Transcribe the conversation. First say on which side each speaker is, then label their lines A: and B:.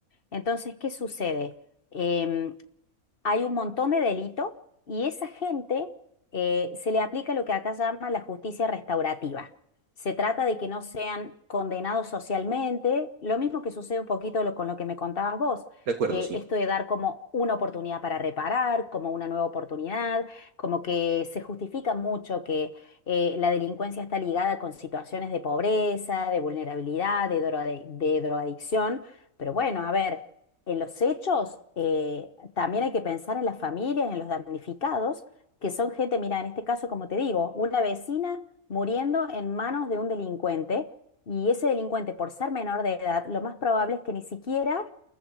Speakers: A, on the left (about 40°); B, on the right (about 75°).
A: Entonces, ¿qué sucede? Em, hay un montón de delito y esa gente eh, se le aplica lo que acá llama la justicia restaurativa. Se trata de que no sean condenados socialmente, lo mismo que sucede un poquito lo- con lo que me contabas vos,
B: De acuerdo,
A: eh,
B: sí,
A: esto de dar como una oportunidad para reparar, como una nueva oportunidad, como que se justifica mucho que eh, la delincuencia está ligada con situaciones de pobreza, de vulnerabilidad, de droga- de drogadicción, pero bueno, a ver. En los hechos, eh, también hay que pensar en las familias, en los damnificados, que son gente, mira, en este caso, como te digo, una vecina muriendo en manos de un delincuente y ese delincuente, por ser menor de edad, lo más probable es que ni siquiera,